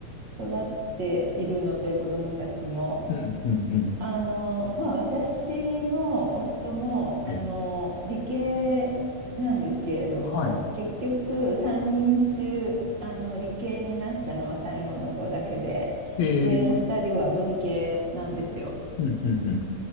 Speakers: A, on the right; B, on the left.
A: 育っているので、子供たちも。
B: うん、うん、うん。
A: あの、まあ、私も夫も、あの、
B: ええ
A: 理系なんですけれども、
B: はい。
A: 結局、3人中、あの、理系になったのは最後の子だけで、
B: ええ
A: 上の2人は文系なんですよ。
B: うん、うん、うん。